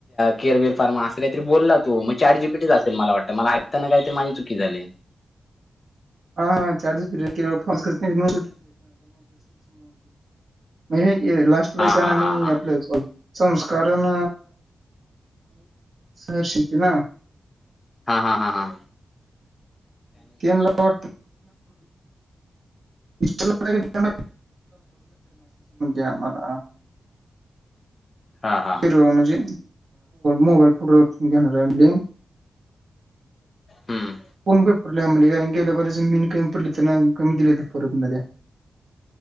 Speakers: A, on the left; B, on the right.
A: केअरवेर फार्मा असं काहीतरी बोलला ना तू मग चारटजीपीटच असेल मला वाटत मला ऐकताना का तरी माझी चुकी झाली
B: हा हा चार्जेसिरि त्यामुळे म्हणजे लास्ट ला
A: हां
B: इशन
A: हां
B: आणि
A: हां हां
B: आपलं सॉरी संस्कारण सर शिकती ना.
A: हा हा हा हा
B: ल वाट. मीडशी आम्हाला
A: हां हां हां
B: फि म्हणजे मोबाईल फोटो्रून घेणार आहे
A: हम्म
B: कोण प पडला कारण गेल्यापर् मीन कमी पडली तर ना कमी दिले हो परबमध्ये